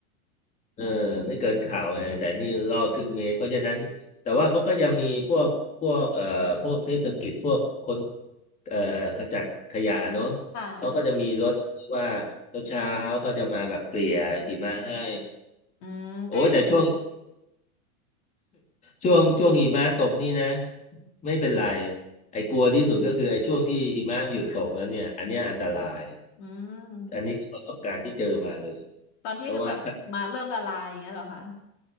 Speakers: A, on the left; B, on the left.
A: เออไม่เกินข่าวไงแต่นี่ล่อครึ่งเมตรเพราะฉะนั้นแต่ว่าเขาก็ยังมีพวกพวกเอ่อพวกเทศกิจพวกคนเอ่อขจัดขยะเนอะ
B: ค่ะ
A: เขาก็จะมีรถที่ว่าเช้าๆก็จะมาแบบเกลี่ยหิมะให้
B: อืมก็ยัง
A: โอ้ยแต่ช่วง
B: <laughs>
A: ช่วงช่วงหิมะตกนี่นะไม่เป็นไรไอ้กลัวที่สุดก็คือไอ้ช่วงที่หิมะหยุดตกแล้วเนี่ยอันเนี้ยอันตราย
B: อืม
A: อันนี้คือประสบการณ์ที่เจอมาเลย
B: ตอนที่แบบหิมาเริ่มละลายอย่างเงี้ยเหรอคะ
A: เพราะว่า